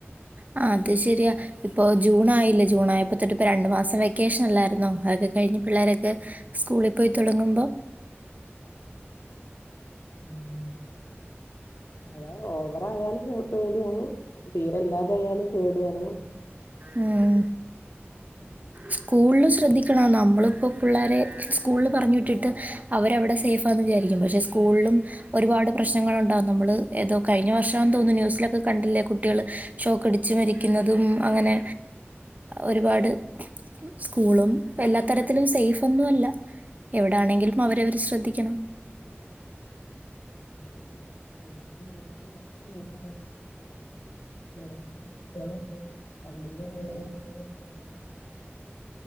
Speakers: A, on the right (about 40°); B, on the left (about 75°).
A: ആ അത് ശരിയാ ഇപ്പോൾ ജൂൺ ആയില്ലേ ജൂൺ ആയപ്പോ തൊട്ട് ഇപ്പോ രണ്ടു മാസം വെക്കേഷൻ അല്ലായിര് ന്നോ അതൊക്കെ കഴിഞ്ഞ് പിള്ളോരൊക്കെ സ്കൂളി പോയി തുടങ്ങുമ്പം
B: ഉ ഉം ഓ ഓവറായാലും പേ പേടിയാണ് തീരെല്ലാതായാലും പേടിയാണ്
A: ഊം
B: ഉം
A: സ്കൂള് ള് ‌ശ്രദ്ധിക്കണം നമ്മളിപ്പോ പുള്ളാരെ സ്കൂളില് പറഞ്ഞു വിട്ടിട്ട് അവരവിടെ സേഫാന്ന് വിചാരിക്കും പക്ഷേ സ് കൂൾലും ഒരുപാട് പ്രശ്നങ്ങളുണ്ടാകും നമ്മള് ഏതോ കഴിഞ്ഞ വർഷാന്ന് തോന്നുനു ന്യൂസിലൊക്കെ കണ്ടില്ലേ കുട്ടികള് ഷോക്ക് അടിച്ച് മരി ക്കുന്നതും അങ്ങനെ ഒരു പാട് സ്കൂളും എല്ലാത്തരത്തിലും സേയ്ഫൊന്നു അല്ല എവടാണെങ്കിലും അവരവർ ശ്രദ്ധി ക്കണം
B: <unintelligible>